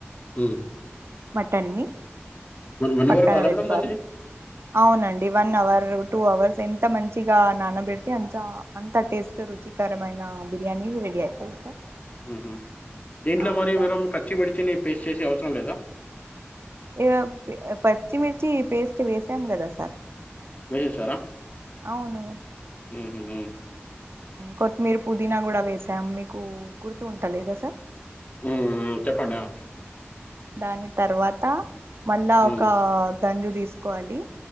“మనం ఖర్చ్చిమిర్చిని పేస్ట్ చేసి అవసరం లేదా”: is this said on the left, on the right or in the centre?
Left